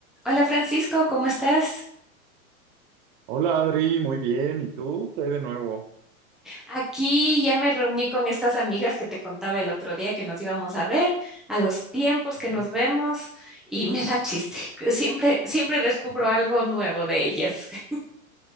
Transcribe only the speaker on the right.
Hola Adri, muy bien. ¿Y tú? ¿Qué hay de nuevo?
Ujú.
Ajá.